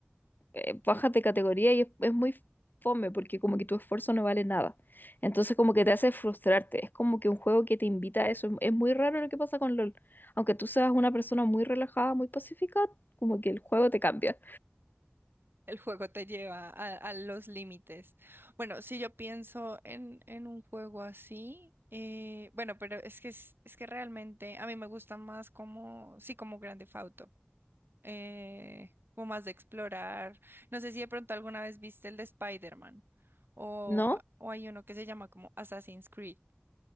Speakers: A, on the left (about 50°); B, on the right (about 60°).
A: eh, bajas de categoría y es, es muy fome porque como que tu esfuerzo no vale nada. Entonces como que te hace frustrarte. Es como que un juego que te invita a eso. Es, es muy raro lo que pasa con LOL. Aunque tú seas una persona muy relajada, muy pacífica, como que el juego te cambia.
B: El juego te lleva a, a los límites. Bueno, si yo pienso en, en un juego así, eh, bueno, pero es que es, es que realmente a mí me gustan más como, sí, como Grand Theft Auto. eh, como más de explorar. No sé si de pronto alguna vez viste el de Spider-Man o,
A: ¿No?
B: o hay uno que se llama como Assassin's Creed.